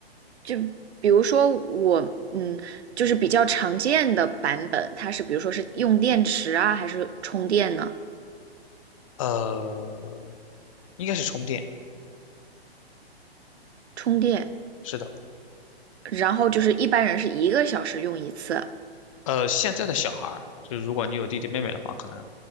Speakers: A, on the right; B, on the left.
A: 就比如说我，嗯，就是比较常见的版本，它是比如说是用电池啊，还是充电呢？
B: 呃，应该是充电，
A: 充电，
B: 是的。
A: 然后就是一般人是一个小时用一次，
B: 呃，现在的小孩儿，就如果你有弟弟妹妹的话，可能